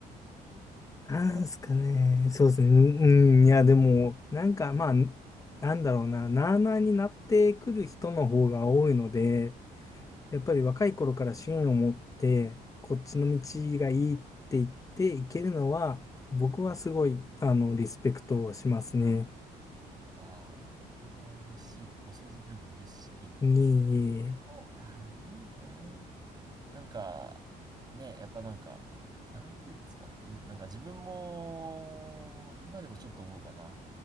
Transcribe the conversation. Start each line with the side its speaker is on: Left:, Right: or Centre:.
Left: なんすかね。
Right: とは、
Left: そうですね。うん、いや、でも、なんか、まあ、なんだろうな。なあなあになってくる人の方が多いので、やっぱり若い頃から芯を持って、こっちの道がいいって言っていけるのは、僕はすごい、あの、リスペクトをしますね。
Right: ああ、でもそれは嬉しい。お世辞でも嬉しいんですけど。
Left: いえい
Right: お、いや、どうですかね。なんか、ね、やっぱなんか、なんて言うんですか。んなんか自分も、今でもちょっと思うかな。